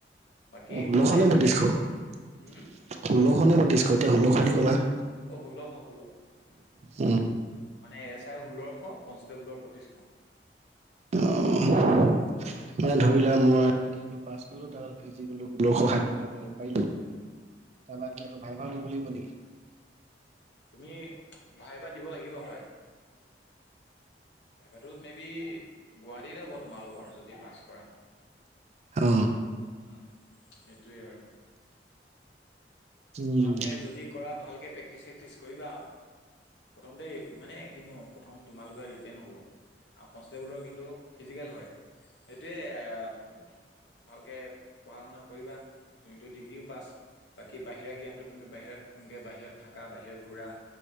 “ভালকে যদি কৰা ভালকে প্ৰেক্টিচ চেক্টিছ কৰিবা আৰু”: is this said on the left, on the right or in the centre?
Left